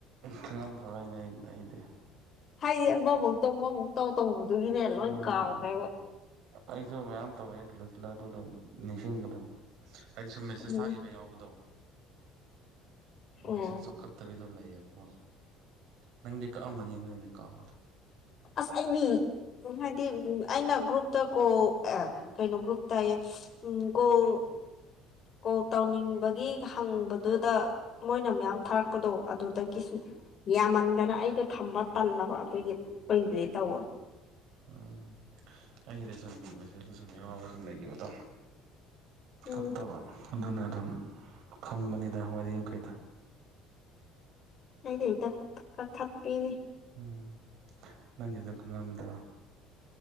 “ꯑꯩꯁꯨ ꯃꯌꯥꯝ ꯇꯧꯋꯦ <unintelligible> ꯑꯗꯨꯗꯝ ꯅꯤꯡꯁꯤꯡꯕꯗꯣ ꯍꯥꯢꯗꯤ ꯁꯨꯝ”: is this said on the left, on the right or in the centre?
Right